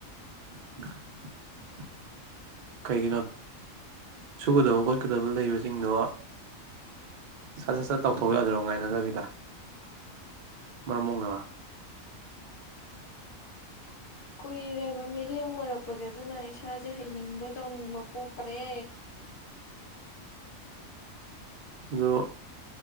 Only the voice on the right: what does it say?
<unintelligible> ꯀꯩꯒꯤꯅꯣ ꯁꯨꯒꯗꯕ ꯈꯣꯠꯀꯗꯕ ꯂꯩꯕꯁꯤꯡꯗꯣ ꯁꯠ ꯁꯠ ꯁꯠ ꯇꯧꯊꯣꯛ ꯌꯥꯗꯔꯣ ꯉꯥꯏꯅꯗꯕꯤꯗ ꯃꯔꯝꯃꯣꯛꯅꯕ꯫
ꯑꯗꯨ